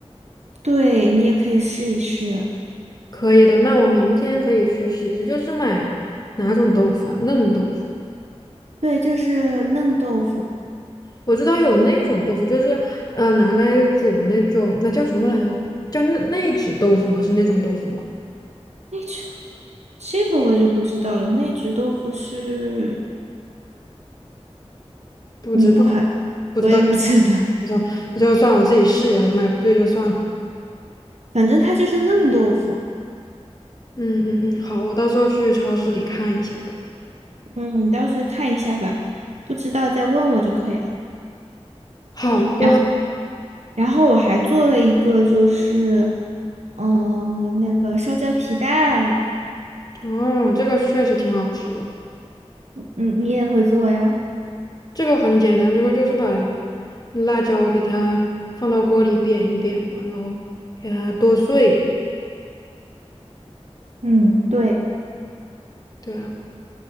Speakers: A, on the right; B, on the left.
A: 对，你也可以试一试。
B: 可以的。那我明天可以去试一试，就是买哪种豆腐啊？嫩豆腐。
A: 对，就是嫩豆腐，
B: 我知道有那种豆腐，就是呃拿来煮那种，那叫什么来着？叫内内酯豆腐吗？是那种豆腐吗？
A: 那只豆这个我就不知道了。那只豆腐是，
B: 不知道
A: 嗯，不好，
B: 不知道，
A: 我也不知道，
B: 不知道，那就算我自己试一下吧，买不对就算了。
A: 反正它就是嫩豆腐。
B: 嗯嗯嗯，好，我到时候去超市里看一下吧。
A: 嗯，你到时看一下吧，不知道再问我就可以了。
B: 好的，
A: 然后。然后我还做了一个，就是，嗯、那个烧焦皮蛋，
B: 哦，这个确实挺好吃的。
A: 嗯，你也会做呀？
B: 这个很简单，这个就是把辣椒给它放到锅里煸一煸嘛，然后给它剁碎。
A: 嗯，对。
B: 对啊。